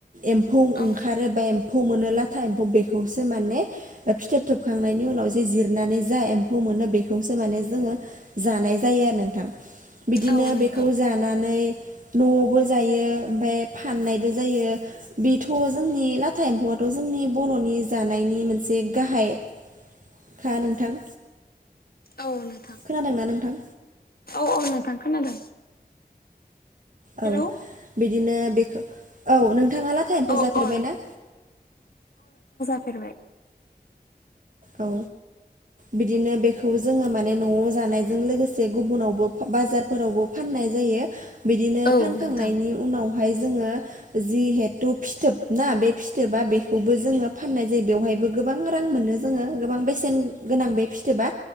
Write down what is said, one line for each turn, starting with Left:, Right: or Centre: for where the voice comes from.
Right: एम्फौ ओंखारोबा
Left: औ
Right: एम फौ मोनो लाथा एम्फौ बेखौसो माने फिथोब थोबखांनायनि उनाव जे जिरनानै जा एम्फौ मोनो बेखौसो माने जोंङो जानाय जायो आरो नोंथां बिदिनो
Left: औ नोंथां
Right: बेखौ जाना माने न'आवबो जायो ओमफाय फाननायबो जायो बेथ' जोंनि लाथा एम्फौआथ' जों जोंनि बर'नि जानायनि मोनसे गाहायखा नोंथां
Left: औ नोंथां।
Right: खोनादोंना नोंथां
Left: औ औ नोथां खोनादों। हेलौ
Right: औ बिदिनो बेखौ औ नों थाङा लाथा एम्फौ
Left: औ
Right: जाफेरबाय
Left: औ
Right: ना?
Left: फेरबाय।
Right: औ। बिदिनो बेखौ जोङो माने न'आव जानायजों लोगोसे गुबुनावबो बाजारफोरावबो फाननाय जायो बिदिनो
Left: औ
Right: फानखांनायनि
Left: नोंथां
Right: उनाव हाय जोङो जिहेथु फिथोब ना बे फिथोबा बेखौबो जोङो फाननाय जायो बेयावहाय गोबां रां मोनो जोङो गोबां बां बेसेन गोनां बे फिथोबा